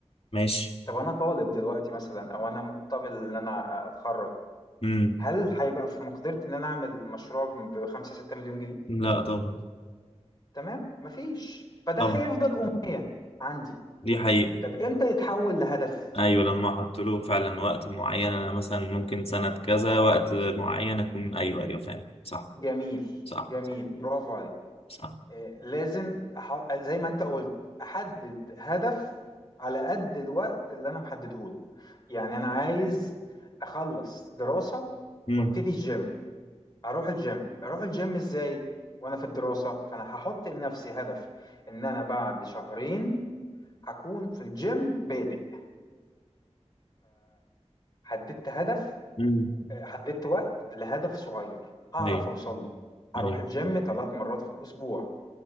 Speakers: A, on the left; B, on the left.
A: ماشي
B: طب انا طالب دلوقتي مثلا او انا مقتبل ان انا اتخرج
A: امم
B: هل هيبقى في مقدرتي ان انا اعمل مشروع ب 5 6 مليون جنيه
A: لا طبعا
B: تمام مفيش فده
A: طبعا
B: هيفضل أم عندي
A: دي حقيقة
B: طب امتى يتحول لهدف
A: أيوة لما أحط له فعلا وقت معين أنا مثلا ممكن سنة كذا وقت معين أكون أيوة أيوة فاهم صح
B: جميل
A: صح
B: جميل
A: صح
B: برافو عليك
A: صح
B: آه، لازم أح... زي ما انت قلت احدد هدف على قد الوقت اللي انا محدده له يعني انا عايز اخلص دراسة
A: امم
B: وابتدي الجيم اروح الجيم اروح الجيم ازاي وانا في الدراسة فانا هحط لنفسي هدف ان انا بعد شهرين هكون في الجيم بادئ حددت هدف
A: امم
B: آه، حددت وقت لهدف صغير هعرف
A: أيوة
B: اوصل له هروح
A: أيوة
B: الجيم ثلاث مرات في الاسبوع